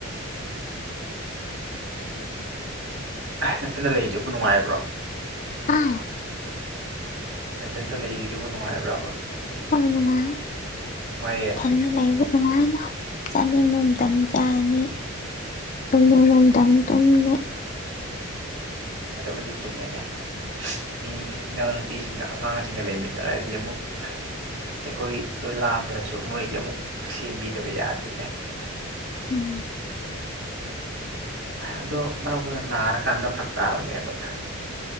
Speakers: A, on the right; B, on the left.
A: ꯅꯊꯟꯗ ꯂꯩꯔꯤꯗꯨꯕꯨ ꯅꯨꯡꯉꯥꯏꯕ꯭ꯔꯣ
B: ꯍꯥ
A: ꯅꯊꯟꯇ ꯂꯩꯔꯤꯗꯨꯕꯨ ꯅꯨꯡꯉꯥꯏꯕ꯭ꯔꯕ
B: ꯍꯣꯏ ꯅꯨꯡꯉꯥꯏ
A: ꯅꯨꯡꯉꯥꯏꯌꯦ
B: ꯊꯟꯗ ꯂꯩꯕ ꯅꯨꯡꯉꯥꯏꯗ ꯆꯥꯅꯤꯡꯕ ꯃꯇꯝꯗ ꯆꯥꯅꯤ ꯇꯨꯝꯅꯤꯡ ꯃꯇꯝꯗ ꯇꯨꯝꯅꯤ
A: ꯑꯗꯕꯨꯗꯤ ꯆꯨꯝꯃꯦꯅꯦ ꯃꯤ ꯏꯅꯥꯎꯅꯨꯄꯤꯁꯤꯡꯒ ꯑꯉꯥꯡꯁꯤꯡꯒ ꯂꯩꯃꯤꯟꯅꯔꯗꯤ ꯑꯃꯨꯛ ꯑꯩꯈꯣꯏꯗꯣ ꯂꯥꯝꯗ꯭ꯔꯁꯨ ꯃꯣꯏꯒꯤ ꯑꯃꯨꯛ ꯁꯦꯝꯕꯤꯗꯕ ꯌꯥꯗꯦꯅꯦ
B: ꯎꯝ
A: ꯑꯗꯣ ꯃꯔꯛ ꯃꯔꯗ ꯅꯥꯔꯀꯥꯟꯗ ꯐꯔꯛ ꯇꯥꯕꯅꯦꯕ ꯍ